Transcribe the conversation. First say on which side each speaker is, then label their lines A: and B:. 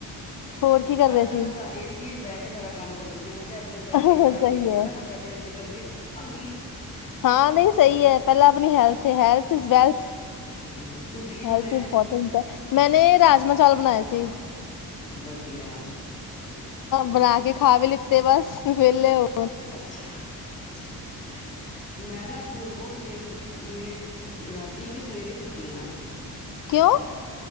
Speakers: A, on the left; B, on the left.
A: ਹੋਰ ਕੀ ਕਰ ਰਹੇ
B: ਅੱ
A: ਸੀ
B: ਤਾਂ ਬੈਸ ਏਸੀ ਚ ਬਹਿ ਸਾ ਕੰਮ ਕਰਦੀ ਪ ਆ ਮੈਂ ਇੱਧਰ ਬਹਿ
A: ਸਹੀ
B: ਕੇ ਕਰਾਂਗੀ ਫਿਰ
A: ਹੈ
B: ਫਟਾਫਟ ਜਾ ਕੇ ਉੱਥੇ ਕਰਕੇ <unintelligible>
A: ਹਾਂ ਨਹੀਂ ਸਹੀ ਹੈ ਪਹਿਲਾਂ ਆਪਣੀ ਹੈਲਥ ਅਤੇ ਹੈਲਥ ਇਜ਼ ਵੈਲਥ
B: ਹਮ, ਤੁਸੀਂ ਕੀ ਬਣਾਇਆ
A: ਹੈਲਥ ਇਪੋਰਟੈਂਟ ਹੈ ਮੈਨੇ ਰਾਜਮਾ ਚਾਲ ਬਣਾਏ ਸੀ
B: ਵਧੀਆ
A: ਬਣਾ ਕੇ ਖਾ ਵੀ ਲਿੱਤੇ ਬਸ ਵਿਹਲੇ ਹੋ
B: ਅੱਛਾ ਅੱਛਾ ਮੈਂ ਨਾ ਸ ਬਹੁਤ ਲੇਟ ਸੁ ਲੇਟ ਰਾਤੀ ਕਿ ਸਵੇਰੇ ਹੀ ਸੁੱਤੀ ਹ ਅੱਜ
A: ਕਿਓ